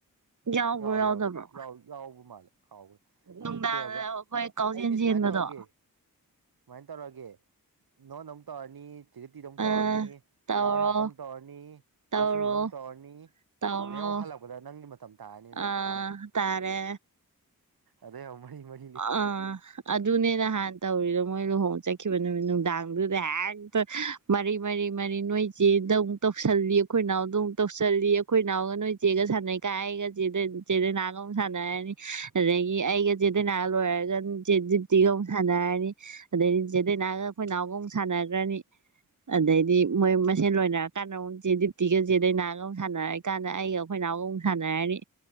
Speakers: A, on the right (about 55°); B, on the right (about 85°).
A: ꯌꯥꯎꯕ꯭ꯔꯣ
B: ꯌꯥꯎꯋ
A: ꯌꯥꯎꯗꯕ꯭ꯔꯣ
B: ꯌꯥꯎꯋ ꯌꯥꯎꯕ ꯃꯥꯜꯂꯦ ꯈꯥꯎꯈ꯭ꯔꯦ ꯑꯗꯨ
A: ꯅꯨꯡꯗꯥꯡꯗ
B: ꯀꯩ ꯍꯥꯏꯕ
A: ꯑꯩꯈꯣꯏ ꯀꯥꯎꯖꯦꯟ
B: ꯑꯩꯗꯤ
A: ꯆꯦꯟꯕꯗꯣ
B: ꯁꯨꯃꯥꯏꯅ ꯇꯧꯔꯒꯦ ꯁꯨꯃꯥꯏꯅ ꯇꯧꯔꯒꯦ ꯅꯉꯣꯟꯗꯥ ꯑꯃꯨꯛ ꯇꯧꯔꯅꯤ ꯆꯤꯒꯇꯤꯗ ꯑꯃꯨꯛ
A: ꯑ
B: ꯇꯧꯔꯅꯤ
A: ꯇꯧꯔꯣ
B: ꯗꯥꯔꯅꯥꯠꯇ ꯃꯨꯛ ꯇꯧꯔꯅꯤ
A: ꯇꯧꯔꯣ
B: ꯗꯥꯁꯤꯟꯕꯗ ꯃꯨꯛ ꯇꯧꯔꯅꯤ
A: ꯇꯧꯔꯣ
B: ꯑꯗꯩ ꯑꯃꯨꯛ ꯍꯜꯂꯛꯄꯗ ꯅꯪꯒꯤ ꯃꯇꯝ ꯇꯥꯔꯅꯤ ꯆꯞ
A: ꯑ
B: ꯥꯆꯥꯅ
A: ꯇꯥꯔꯦ
B: ꯑꯗꯩꯩ ꯑꯃꯨꯛ ꯃꯔꯤ ꯃꯔꯤ
A: ꯑꯥ ꯑꯗꯨꯅꯦ ꯅꯍꯥꯟ ꯇꯧꯔꯤꯗꯣ ꯃꯣꯏ ꯂꯨꯍꯣꯡ ꯆꯠꯈꯤꯕ ꯅꯨꯃꯤꯠ ꯅꯨꯡꯗꯥꯡ ꯑꯗꯨꯗ ꯍꯦꯛꯇ ꯃꯔꯤ ꯃꯔꯤ ꯃꯔꯤ ꯅꯣꯏ ꯆꯦꯗ ꯑꯃꯨꯛ ꯇꯧꯁꯜꯂꯤ ꯑꯩꯈꯣꯏ ꯅꯥꯎꯗ ꯃꯨꯛ ꯇꯧꯁꯜꯂꯤ ꯑꯩꯈꯣꯏ ꯅꯥꯎꯒ ꯅꯣꯏ ꯆꯦꯒ ꯁꯥꯟꯅꯩ ꯀ ꯑꯩꯒ ꯆꯗ ꯆꯦꯗ ꯅꯥꯒꯝ ꯁꯥꯟꯅꯔꯅꯤ ꯑꯗꯒꯤ ꯑꯩꯒ ꯆ ꯆꯦ ꯗꯥꯏꯅ ꯂꯣꯏꯔꯒ ꯆꯦ ꯗꯤꯞꯇꯤꯒ ꯑꯃꯨꯛ ꯁꯥꯟꯅꯔꯅꯤ ꯑꯗꯩꯗꯤ ꯆꯦꯗꯩꯅꯥꯒ ꯑꯩꯈꯣꯏ ꯅꯥꯎꯒ ꯑꯃꯨꯛ ꯁꯥꯟꯅꯒ꯭ꯔꯅꯤ ꯑꯗꯩꯗꯤ ꯃꯣꯏ ꯃꯁꯦꯟ ꯂꯣꯏꯅꯔꯀꯥꯟꯗ ꯑꯃꯨꯛ ꯆꯦꯠꯗꯤꯞꯇꯤꯒ ꯆꯦ ꯗꯥꯏꯅꯥꯒ ꯑꯃꯨꯛ ꯁꯥꯟꯅꯔꯅꯤ ꯑꯩꯒ ꯑꯩꯈꯣꯏ ꯅꯥꯎꯒꯨꯝ ꯁꯥꯟꯅꯔꯅꯤ